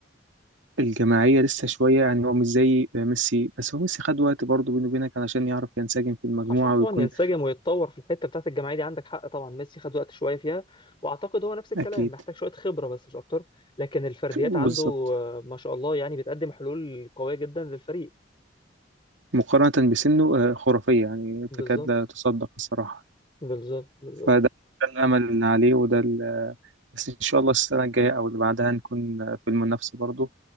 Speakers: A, on the right; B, on the left.
A: الجماعية لسه شوية يعني هو مش زي ميسي بس هو ميسي خد وقت برضه بينه وبينك علشان يعرف ينسجم في المجموعة
B: عشان طبعا
A: ويكون
B: ينسجم ويتطور في الحتة بتاعت الجماعية دي عندك حق طبعا ميسي خد وقت شوية فيها وأعتقد هو نفس الكلام
A: أكيد
B: محتاج شوية خبرة بس مش أكتر لكن الفرديات
A: بالظبط
B: عنده آه، ما شاء الله يعني بتقدم حلول قوية جدا للفريق
A: مقارنة بسنه آه، خرافية يعني
B: بالظبط
A: تكاد لا تصدق الصراحة
B: بالظبط بالظبط
A: فده ده الأمل اللي عليه وده ال... بس إن شاء الله السنة الجاية أو اللي بعدها نكون في المنافسة برضه